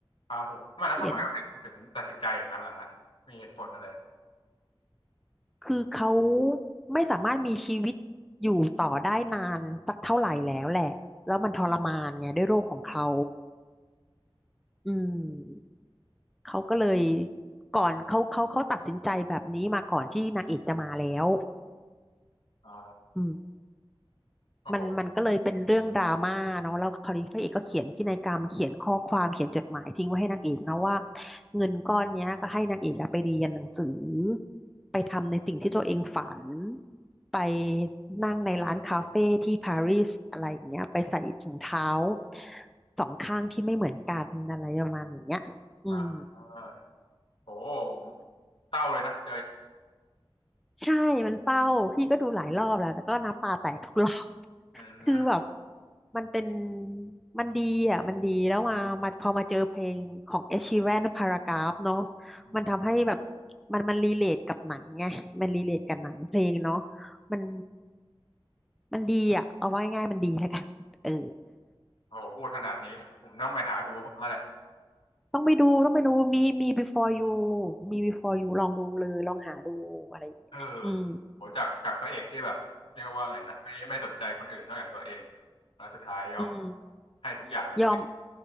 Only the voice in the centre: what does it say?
เขียนคือเขาไม่สามารถมีชีวิตอยู่ต่อได้นานสักเท่าไหร่แล้วแหละแล้วมันทรมานไงด้วยโรคของเขาอืม เขาก็เลยก่อนเขาเขาเขาตัดสินใจแบบนี้มาก่อนที่นางเอกจะมาแล้ว
อืม
มันมันก็เลยเป็นเรื่องดราม่าเนาะแล้วคราวนี้พระเอกก็เขียนพินัยกรรมเขียนข้อความเขียนจดหมายทิ้งไว้ให้นางเอกนะว่าเงินก้อนเนี้ยก็ให้นางเอกอะไปเรียนหนังสือไปทำในสิ่งที่ตัวเองฝันไปนั่งในร้านคาเฟ่ที่ปารีสอะไรอย่างเงี้ยไปใส่ถุงเท้าสองข้างที่ไม่เหมือนกันอะไรประมาณอย่างเงี้ยอืม
ใช่ มันเศร้าพี่ก็ดูหลายรอบแล้ว แต่ก็น้ำตาแตกทุกรอบ <laughs>
คือแบบ มันเป็น มันดีอ่ะ มันดี แล้วมามาพอมาเจอเพลงของ Ed Sheeran Paragraph เนาะ
มันทำให้แบบ มันมันรีเลทกับหนังไงมันรีเลทกับหนังเพลงเนาะมันมันดีอ่ะ เอาไว้ง่ายมันดีแล้วกันเออ
ต้องไปดู ต้องไปดูมีมี Before You มี Before You ลองดูเลย ลองหาดูอะไรอย่างเงี้ยอืม
อืม
ยอม